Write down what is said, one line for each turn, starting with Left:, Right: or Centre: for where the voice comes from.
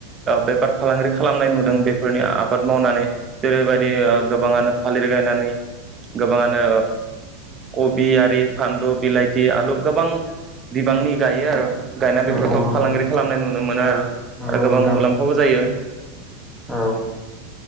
Right: बेफार फालांगि खालामनाय नुदों बेफोरनि आबाद मावनानै जेरैबायदि गोबाङानो थालिर गायनानै गोबाङानो कबि आरि फानलु बिलाथि आलु गोबां बिबांनि गायो आरो गायनाय बेफोरखौ
Centre: नंगौ नंगौ
Right: फालांगिरि खालामनाय नुनो मोनो आरो
Centre: नंगौ
Right: आरो गोबां
Centre: नोंथां
Right: मुलाम्फाबो जायो
Centre: औ